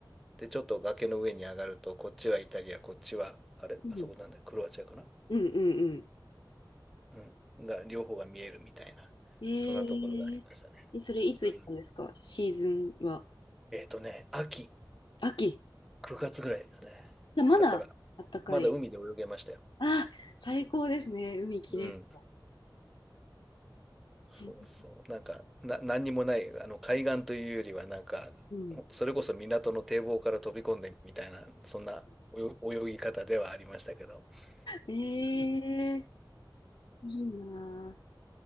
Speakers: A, in the centre; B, on the left.
A: で、ちょっと崖の上に上がると、こっちはイタリア、こっちは、あれ、
B: うん
A: あそこなんだ、クロアチアかな
B: うんうん
A: うん。が、両方が見えるみたいな。
B: うん。えー、
A: そんなところがありましたね。
B: えそれいつ行ったんですかシーズンは。
A: うん。えっとね、秋。
B: 秋。
A: 9月ぐらいですね。
B: じゃあまだあったかい。
A: だから、まだ海で泳げましたよ。
B: あ、最高ですね。海きれいそう。
A: うん。そうそう。
B: うん
A: なんか、な、何にもない、あの、海岸というよりは、なんか、
B: うん
A: それこそ港の堤防から飛び込んでみたいな、そんな泳泳ぎ方ではありましたけど。
B: え
A: うん、
B: ー、いいなあ。